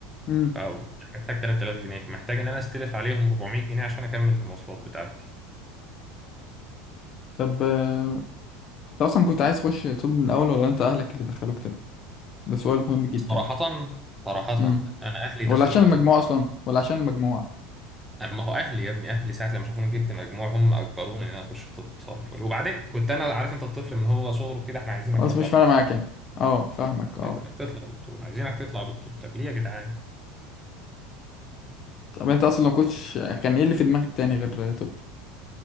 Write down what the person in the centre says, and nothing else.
او محتاج 3000 جنيه فمحتاج ان انا استلف عليهم 400 جنيه عشان اكمل المواصلات بتاعتي
صراحة صراحة
انا اهلي
دخلوني
طب
اما هو اهلي يا ابني اهلي ساعة لما شافوني جبت مجموع هم اجبروني ان انا اخش طب صح الفل وبعدين كنت انا عارف انت الطفل من هو صغره كده احنا عايزينك
تطلع
دكتور
عايزينك تطلع دكتور عايزينك تطلع دكتور طب ليه يا جدعان